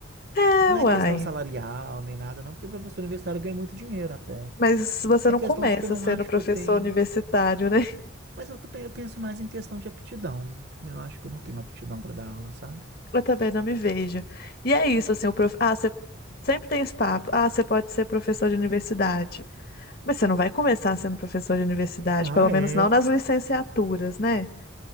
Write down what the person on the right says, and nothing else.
E não é
questão salarial nem nada, não, porque professor universitário ganha muito dinheiro até.
É
questão
de que eu não
acho
que eu tenho.
Mas eu, tô pe- eu penso mais em questão de aptidão. Eu acho que eu não tenho aptidão para dar aula, sabe?
Ah,
é.